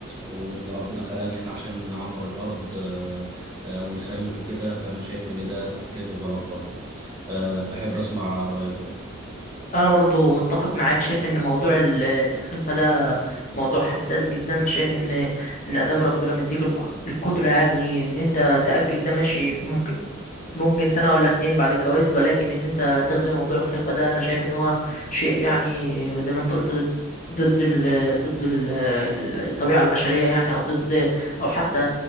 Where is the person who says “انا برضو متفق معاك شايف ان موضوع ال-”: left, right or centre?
Left